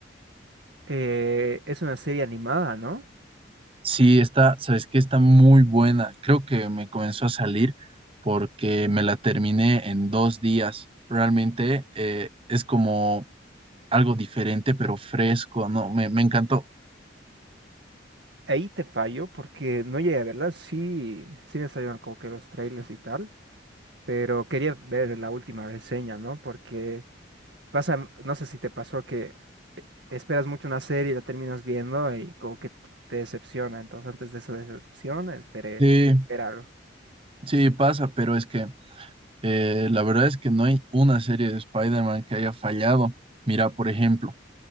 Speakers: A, on the right (about 65°); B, on the right (about 30°).
A: Eh, es una serie animada, ¿no?
B: Sí, está, sabes que está muy buena. Creo que me comenzó a salir porque me la terminé en dos días. Realmente eh, es como algo diferente, pero fresco, ¿no? Me, me encantó.
A: Ahí te fallo porque no llegué a verla. Sí, sí me salieron como que los trailers y tal, pero quería ver la última reseña, ¿no? Porque Pasa, no sé si te pasó que esperas mucho una serie y la terminas viendo y como que te decepciona. Entonces, antes de esa decepción, esperé
B: Sí,
A: ver algo.
B: sí, pasa, pero es que eh, la verdad es que no hay una serie de Spider-Man que haya fallado. Mira, por ejemplo,